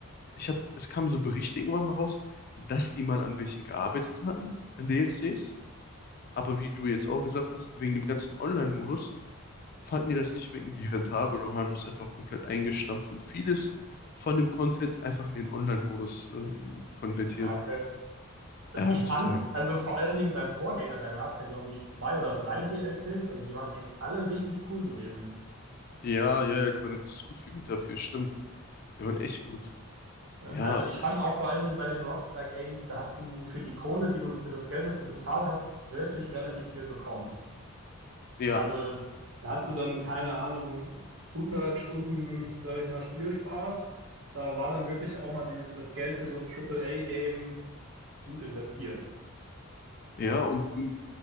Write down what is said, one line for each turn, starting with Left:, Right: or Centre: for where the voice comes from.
Left: ich habe, es kamen so Berichte irgendwann mal raus, dass die mal an welchen gearbeitet hatten, an DLCs. Aber wie du jetzt auch gesagt hast, wegen dem ganzen Online-Modus fanden die das nicht mehr irgendwie rentabel und haben das einfach komplett eingestampft und vieles von dem Content einfach in den Online-Modus ähm, konvertiert.
Right: Ja, Also
Left: Ja,
Right: ich
Left: total.
Right: fand, also vor allen Dingen beim Vorgänger, da gab es ja, glaube ich, zwei oder drei DLCs, also die waren eigentlich alle richtig cool gewesen.
Left: Ja, ja, ja, die waren richtig gut für GTA 4, stimmt. Die waren echt gut.
Right: Ja,
Left: Ja,
Right: also ich
Left: f-
Right: fand auch vor allen Dingen bei den Rockstar Games, da hast du für die Kohle, die du, für das Geld, das du bezahlt hast, wirklich relativ viel bekommen.
Left: ja,
Right: Also da hast du dann, keine Ahnung, hundert Stunden, sage ich mal, Spielspaß. Da war dann wirklich auch mal die, das Geld für so ein Triple A game gut investiert.
Left: ja, und, und